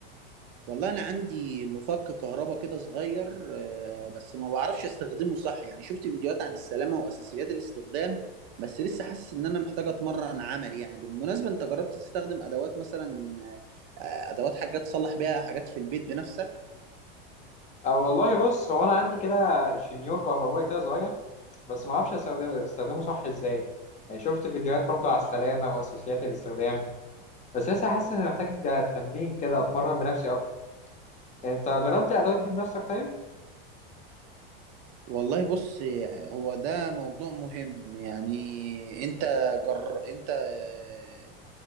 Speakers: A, on the right; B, on the left.
A: والله انا عندي مفك كهرباء كده صغير آه، بس ما بعرفش استخدمه صح يعني شفت فيديوهات عن السلامة واساسيات الاستخدام بس لسه حاسس ان انا محتاج اتمرن عملي يعني بالمناسبة انت جربت تستخدم ادوات مثلا آه، ادوات حاجات تصلح بيها حاجات في البيت بنفسك
B: أه والله بص هو أنا عندي كده شنيور كهربائي كده صغير بس ما أعرفش أستخدم- أستخدمه صح إزاي يعني شفت فيديوهات برضه على السلامة وأساسيات الاستخدام بس لسه حاسس إني محتاج تمرين كده أتمرن بنفسي أكتر أنت جربت الأدوات دي بنفسك طيب؟
A: والله بص هو ده موضوع مهم يعني انت جر... انت آه،